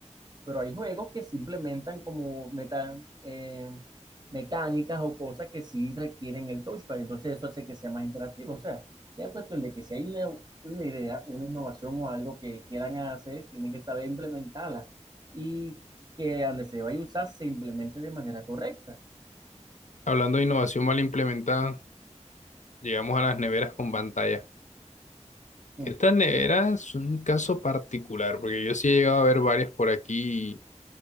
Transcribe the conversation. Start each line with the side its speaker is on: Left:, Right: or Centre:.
Right: pero hay juegos que se implementan como meta, eh, mecánicas o cosas que sí requieren el touchpad, entonces eso hace que sea más interactivo. O sea, ya es cuestión de que si hay una, una idea, una innovación o algo que quieran hacer, tienen que saber implementarla y que donde se vaya a usar se implemente de manera correcta.
Left: Hablando de innovación mal implementada, llegamos a las neveras con pantalla.
Right: Mm.
Left: Esta
Right: O
Left: nevera es un caso particular, porque yo sí he llegado a ver varias por aquí.